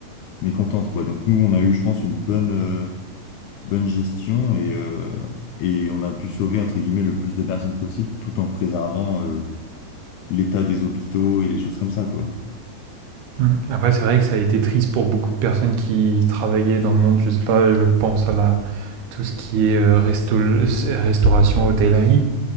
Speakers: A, on the left; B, on the right.
A: mécontente quoi. Donc nous on a eu je pense une bonne euh, bonne gestion et euh, et on a pu sauver entre guillemets le plus de personnes possible tout en préservant euh, l'état des hôpitaux et les choses comme ça quoi.
B: Mm. Après, c'est vrai que ça a été triste pour beaucoup de personnes qui travaillaient dans le monde, je sais pas, je pense à la, tout ce qui est euh, resto- restauration, hôtellerie,